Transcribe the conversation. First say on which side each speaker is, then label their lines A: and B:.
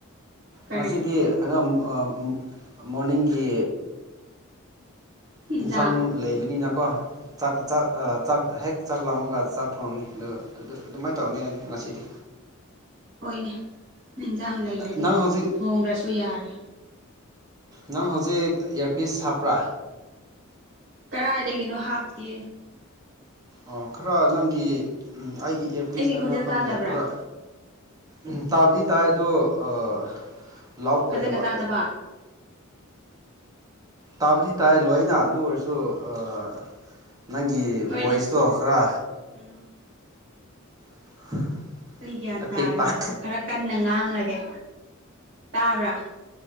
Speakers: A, on the right; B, on the right.
A: ꯀꯔꯤ
B: ꯉꯁꯤꯗꯤ ꯀꯩꯅꯣ ꯑꯥ ꯃꯣꯔꯅꯤꯡꯒꯤ
A: ꯏꯟꯖꯥꯡ
B: ꯏꯟꯁꯥꯡ ꯂꯩꯕꯅꯤꯅ ꯀꯣ ꯆꯥꯛ ꯆꯥꯛ ꯑꯥ ꯆꯥꯛ ꯍꯦꯛ ꯆꯥꯛ ꯂꯥꯝꯃꯒ ꯆꯥꯛ ꯊꯣꯡꯉꯅꯤ ꯑꯗꯨ ꯑꯗꯨ ꯑꯗꯨꯃꯥꯏꯅ ꯇꯧꯔꯅꯤ ꯍꯥꯏꯗꯤ ꯉꯁꯤꯗꯤ
A: ꯍꯣꯏꯅꯦ ꯏꯟꯁꯥꯡ ꯂꯩꯔꯗꯤ
B: ꯅꯪ ꯍꯧꯖꯤꯛ
A: ꯊꯣꯡꯗ꯭ꯔꯁꯨ ꯌꯥꯔꯦ
B: ꯅꯪ ꯍꯧꯖꯤꯛ ꯏꯌꯥꯔꯄꯤꯁ ꯍꯥꯞꯄ꯭ꯔꯥ
A: ꯀꯗꯥꯥꯏꯗꯒꯤꯅꯣ ꯍꯥꯞꯇꯦ
B: ꯑꯣ ꯈꯔ ꯅꯪꯒꯤ ꯑꯩꯒꯤ ꯑꯦꯔꯄꯤꯁꯅꯔ
A: ꯈꯣꯟꯖꯦꯜ
B: ꯈꯪꯗꯦ
A: ꯇꯥꯗꯕ꯭ꯔꯥ
B: ꯈꯔ ꯎꯝ ꯇꯥꯕꯗꯤ ꯇꯥꯏ ꯑꯗꯣ ꯑꯥ ꯂꯥꯎꯠ ꯑꯣꯏꯗꯕ
A: ꯐꯖꯅ ꯇꯥꯗꯕ
B: ꯇꯥꯕꯨꯗꯤ ꯇꯥꯏ ꯂꯣꯏꯅ ꯑꯗꯨ ꯑꯣꯏꯔꯁꯨ ꯑꯥ ꯅꯪꯒꯤ
A: ꯍꯣꯏꯅꯦ
B: ꯚꯣꯏꯁꯇꯣ ꯈꯔ
A: ꯎꯝ
B: <inaudible>
A: ꯑꯩ ꯒ꯭ꯌꯥꯟ
B: ꯑꯄꯤꯛꯄ
A: ꯇꯥꯔꯦꯅꯦ ꯈꯔ ꯀꯟꯅ ꯉꯥꯡꯂꯒꯦ ꯇꯥꯕ꯭ꯔꯥ